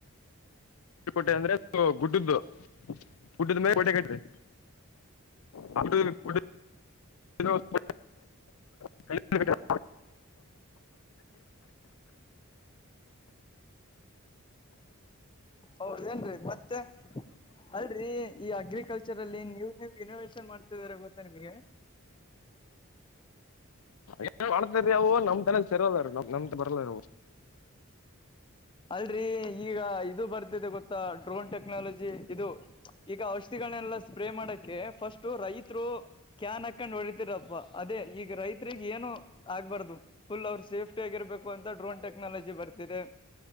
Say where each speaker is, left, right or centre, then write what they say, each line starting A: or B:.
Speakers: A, on the left; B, on the left.
A: <unintelligible> ಟೆ ಅಂದ್ರೆ ಗುಡ್ಡದ್ದು ಗುಡ್ಡದ ಮೇಲೆ ಕೋಟೆ ಕಟ್ರಿ <unintelligible> <unintelligible> <unintelligible>
B: ಹೌದ ಏನ್ರೀ ಮತ್ತೆ ಅಲ್ರರಿ ಈ ಅಗ್ರಿಕಲ್ಚರ್ ಅಲ್ಲಿ ನೀನ್ವ್ ನೀನ್ವ ಇನೋವೇಶನ್ ಮಾಡ <unintelligible> ರೆ ಗೊತ್ತಾ ನಿಮಗೆ
A: <unintelligible> ಮಾಡತರಿವು ನಮ್ ತನಸೆರಲ್ರಿ ನ ನಮ್ ಬರಲ್ಲರಿವು
B: ಅಲ್ರರಿ ಈಗ ಇದು ಬರ್ತಿದೆ ಗೊತ್ತಾ ಡ್ರೋನ್ ಟೆಕ್ನಾಲಜಿ ಇದು ಈಗ ಔಷಧಿಗಳನ್ನೆಲ್ಲ ಸ್ಪ್ರೇ ಮಾಡಕೆ ಫಸ್ಟ್ ರೈತರು ಕ್ಯಾನ್ ಹಾಕೊಂಡ್ ಹೊ ಪ್ಪ ಅದೇ ಈಗ ರೈತರಿಗೆ ಏನು ಆಗ್ಬಾರ್ದು ಫುಲ್ ಅವ್ರ ಸೇಫ್ಟಿ ಆಗಿರ್ಬೇಕು ಅಂತ ಡ್ರೋನ್ ಟೆಕ್ನಾಲಜಿ ಬರ್ತಿದೆ.